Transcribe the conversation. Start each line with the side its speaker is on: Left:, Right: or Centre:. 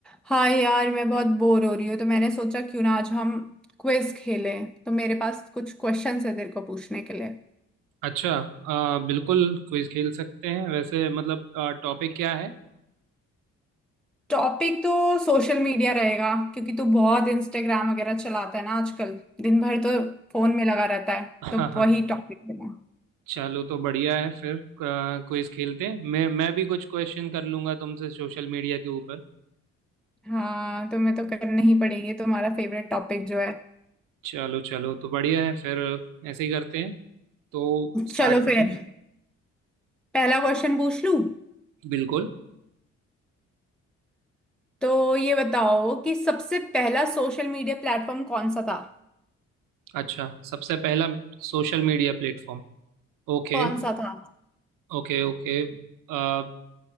Centre: हाँ यार मैं बहुत बोर हो रही हूँ तो मैंने सोचा क्यों ना आज हम क्विज खेलें तो मेरे पास कुछ क्वेश्चंस है तेरे को पूछने के लिए
Right: अच्छा आ, बिल्कुल क्विज खेल सकते हैं वैसे मतलब टॉपिक क्या है
Centre: टॉपिक तो सोशल मीडिया रहेगा क्योंकि तू बहुत इंस्टाग्राम वगैरह चलाता है ना आजकल दिन भर तो फोन में लगा रहता है
Right: हाँ
Centre: तो
Right: हाँ
Centre: वही टॉपिक देना
Right: चलो तो बढ़िया है फिर क्विज खेलते हैं मैं मैं भी कुछ क्वेश्चन कर लूंगा तुमसे सोशल मीडिया के ऊपर
Centre: हाँ तुम्हें तो करने ही पड़ेंगे तुम्हारा फेवरेट टॉपिक जो है
Right: चलो चलो तो बढ़िया है फिर ऐसे ही करते हैं तो स्टार्ट
Centre: चलो
Right: करते
Centre: फिर
Right: हैं
Centre: पहला क्वेश्चन पूछ लूँ
Right: बिल्कुल
Centre: तो ये बताओ कि सबसे पहला सोशल मीडिया प्लेटफॉर्म कौन सा था
Right: अच्छा सबसे पहला social media platform Okay
Centre: कौन सा था
Right: Okay okay आ,